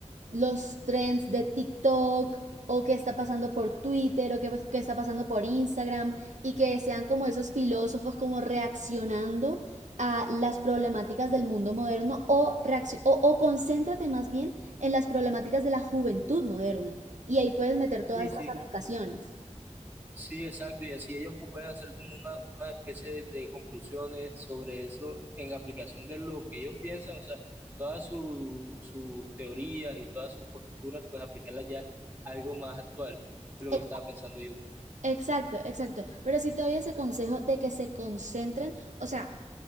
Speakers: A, on the right; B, on the right.
A: los trends de TikTok o qué está pasando por Twitter o qué, qué, está pasando por Instagram y que sean como esos filósofos como reaccionando a las problemáticas del mundo moderno o, reacc- o, o concéntrate más bien en las problemáticas de la juventud moderna y ahí puedes meter todas
B: Sí,
A: estas
B: sí,
A: aplicaciones.
B: sí, exacto. Y así ellos pueden hacer como una, una especie de, de conclusiones sobre eso en aplicación de lo que ellos piensan, o sea, todas su- sus teorías y todas sus posturas, pues aplicarlas ya a algo más actual, es lo
A: E,
B: que estaba pensando yo.
A: Exacto, exacto. Pero sí te doy ese consejo de que se concentren, o sea,